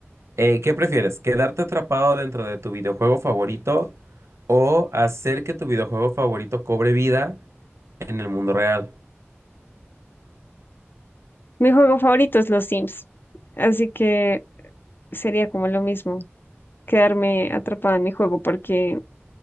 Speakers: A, on the right; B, on the left.
A: Eh, ¿qué prefieres? ¿Quedarte atrapado dentro de tu videojuego favorito o hacer que tu videojuego favorito cobre vida en el mundo real?
B: Mi juego favorito es los Sims. Así que sería como lo mismo, quedarme atrapada en mi juego, porque